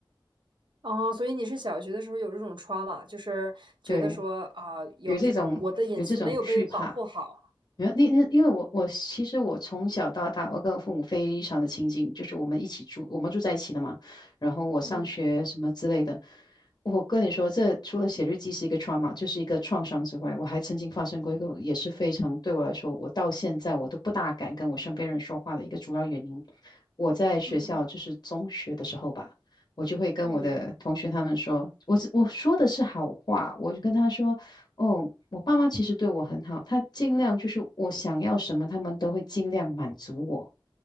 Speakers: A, on the right; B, on the left.
A: 哦，所以你是小学的时候有这种 trauma，就是觉得说啊、
B: 对，
A: 有这种我的隐私没有被保护好。
B: 有这种有这种惧怕，没有，那那因为我我其实我从小到大，我跟我父母非常的亲近，就是我们一起住，我们住在一起的嘛。然后我上学什么之类的，
A: 嗯
B: 我跟你说，这除了写日记是一个 trauma，就是一个创伤之外，我还曾经发生过一个也是非常对我来说，我到现在我都不大敢跟我身边人说话的一个主要原因。我在学校就是中学的时候吧。
A: 嗯哼，
B: 我就会跟我的同学他们说，
A: 嗯
B: 我我说的是好话，我就跟他说，哦，我爸妈其实对我很好，他尽量就是我想要什么，他们都会尽量满足我。